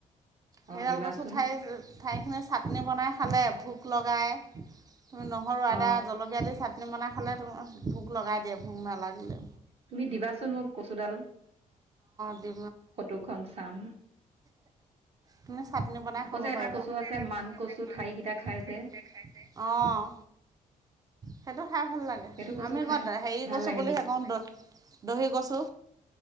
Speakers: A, on the right; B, on the right.
A: অ
B: হেইৰাল
A: দিবাচোন
B: কচু ঠাই ঠাইখিনি চাটনি বনাই খালে, ভোক লগায় তুমি নহৰু আদটা
A: অ
B: জলকীয়া দি চাটনি বনাই খালে তোমাৰ ভোক লগাই দিয়ে ভোগ নালাগিলে
A: তুমি দিবাচোন মোক কচুডাল
B: <unintelligible> অ'। <unintelligible>
A: ফটোখন চাম
B: তুমি চাটনি বনাই
A: আকৌ
B: খাব
A: যে এটা
B: পাৰিবা, <unintelligible> কচু আছে
A: মান
B: মান
A: ঠাৰিকেইটা খাই
B: ঠাৰি
A: যে
B: কেইটা অ', সেইটো খাই ভাল লাগে।
A: সেইটো কচু
B: আমি
A: খাই
B: কওঁ হেৰি
A: ভাল
B: কচু
A: লাগে
B: বুলি
A: মিঠা
B: হে কওঁ, দহি কচু